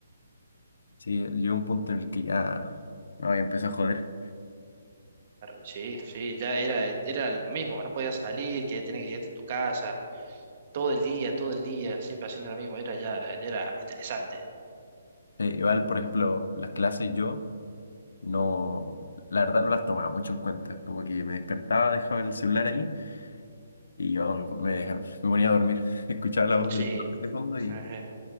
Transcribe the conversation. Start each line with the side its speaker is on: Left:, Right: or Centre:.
Left: Sí, llegó un punto en el que ya, no, ya empecé a joder.
Right: Sí, sí, ya era, era lo mismo. No podías salir, que tenías que quedarte en tu casa. Todo el día, todo el día, siempre haciendo lo mismo. Era ya, ya era estresante.
Left: Eh, igual, por ejemplo, las clases yo no, la verdad no las tomaba mucho en cuenta. Como que me despertaba, dejaba el celular ahí y yo me, me- me ponía a dormir. <laughs> Escuchaba la voz
Right: Sí.
Left: del profe de fondo
Right: <laughs>
Left: y
Right: ajá.